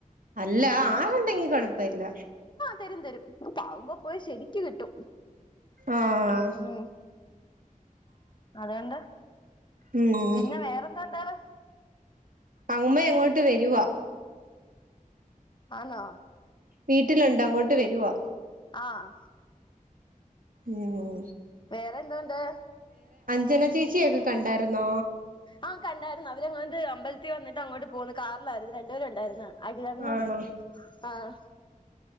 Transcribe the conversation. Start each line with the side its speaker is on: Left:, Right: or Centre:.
Right: അല്ല ആ കണ്ടെങ്കി കുഴപ്പല്ല
Left: തെഞ്ഞെടുും ഇക്ക്ാവുമ്പ പോയി ശരിക്ക കിട്ടും
Right: ആഹ്
Left: ഉ ഉം അതൊണ്ട്
Right: ഉം
Left: പിന്നെ വേറെന്താന്താല
Right: അമ്മ അങ്ങോട്ട് വരുവാ
Left: ആന്നോ
Right: വീട്ടിലുണ്ട് അങ്ങോട്ട് വരുവാ
Left: ആഹ
Right: ഉം
Left: വേറെ എന്തോണ്ട്
Right: ജനചേച്ചിയൊക്കെ കണ്ടാരുന്നോ
Left: ആ കണ്ടാരന്ന് അവരെങ്ങാണ്ട് അമ്പലത്തിൽ വന്നിട്ട് അങ്ങോട്ട് പോകന്ന് കാറിലായിരുന്നു രണ്ടേരുരൊണ്ടാര്ന്ന് അഖിലണനും
Right: ആണോ
Left: ആഹ്